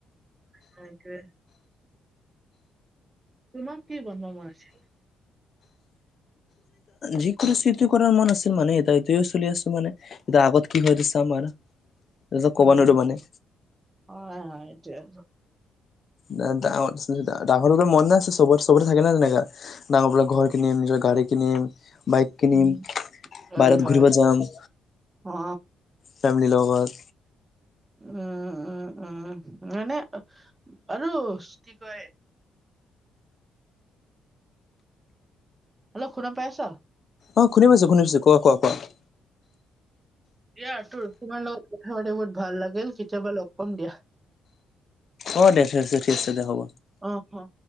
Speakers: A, on the right; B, on the left.
A: সেইটোৱে। তোমাক কি বন্ধ মৰা আছিলে?
B: যিকোনো শ্বিফ্ট কৰাৰ মন আছিল মানে এটাই এইটোয়ে চলি আছে মানে। কিন্তু আগত কি হৈ এইটো চাম বাৰো তাৰপাছত
A: উম,
B: কব নোৱাৰো মানে।
A: হয় <unintelligible>
B: ডাঙৰ ডাঙৰ মন নাই আছে চবৰে চবৰে থাকে না তেনেকা। ডাঙৰ বোৰক ঘৰ কিনিম নিজৰ গাড়ী কিনিম বাইক কিনিম।
A: উম, হয়
B: বাহিৰত
A: হয়।
B: ঘূৰিব যাম।
A: অ।
B: ফেমিলি লগত।
A: উম উম উম মানে আৰু কি কয় হেল্ল শুনা পাইছ?
B: অ শুনি পাইছোঁ শুনি পাইছোঁ কোৱা কোৱা কোৱা।
A: দিয়া তোৰ তোমাৰ লগত কথা পাতি বহুত ভাল লাগিল কেতিয়াবা লগ পাম দিয়া।
B: অ দে ঠিক আছে ঠিক আছে দে হ'ব।
A: অহ অহ